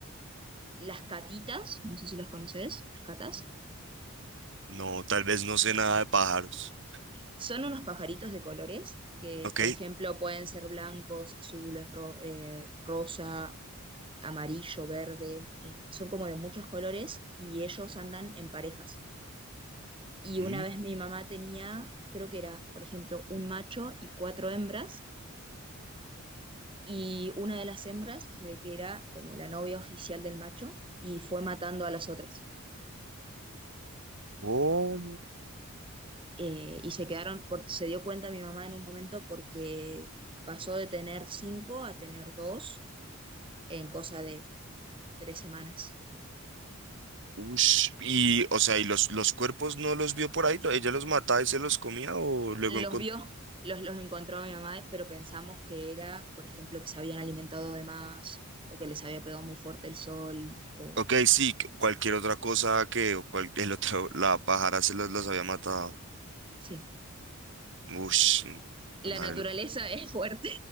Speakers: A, on the right (about 25°); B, on the right (about 55°).
A: las catitas, no sé si los conoces, las catas.
B: No, tal vez no sé nada de pájaros.
A: Son unos pajaritos de colores que,
B: Ok.
A: por ejemplo, pueden ser blancos, azules, ro eh, rosa, amarillo, verde, eh, son como de muchos colores y ellos andan en parejas. Y
B: Mm,
A: una vez mi mamá tenía, creo que era, por ejemplo, un macho y cuatro hembras, y una de las hembras se ve que era como la novia oficial del macho y fue matando a las otras.
B: ¿Cómo?
A: Eh, y se quedaron, por- se dio cuenta mi mamá en un momento porque pasó de tener cinco a tener dos en cosa de tres semanas.
B: Ush, y, o sea, ¿y los, los cuerpos no los vio por ahí? ¿Lo- ¿Ella los mataba y se los comía o luego
A: Los
B: encontró?
A: vio, los, los encontró mi mamá, pero pensamos que era, por ejemplo, que se habían alimentado de más o que les había pegado muy fuerte el sol. O,
B: Ok, sí, cu- cualquier otra cosa que o cual- el otro, la pájara se los, los había matado.
A: sí,
B: Ush, mm,
A: la
B: la madre.
A: naturaleza
B: lo-
A: <laughs> es fuerte.